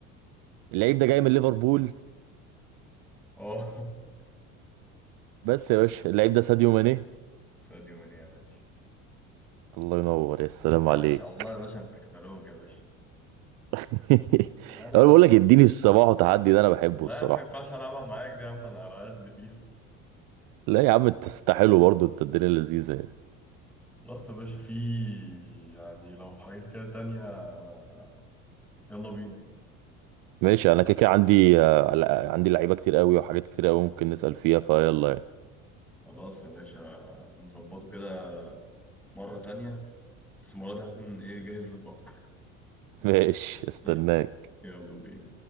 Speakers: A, on the right; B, in the centre.
A: اللعيب ده جاي من ليفربول
B: اه
A: بس يا باشا اللعيب ده ساديو ماني
B: <laughs> ساديو ماني يا باشا
A: الله ينور يا سلام
B: لا
A: عليك
B: ما شاء الله يا باشا انت كتالوج يا باشا
A: <laughs>
B: يبقى لا
A: انا بقول لك اديني الصباح وتحدي ده انا بحبه
B: لا
A: الصراحه
B: يا عم ما ينفعش العبها معاك دي يا عم انا على قد فيها
A: لا يا عم انت تستحلو برضه انت الدنيا لذيذه يعني
B: خلاص يا باشا في يعني لو في حاجات كده تانية انا يلا بينا
A: ماشي انا كده كده عندي آه، عندي لعيبه كتير قوي وحاجات كتير قوي ممكن نسال فيها فيلا يعني
B: خلاص يا باشا نظبطه كده مرة تانية بس المرة دي هكون إيه جاهز لك أكتر
A: <laughs> ماشي استناك
B: <laughs> يلا بينا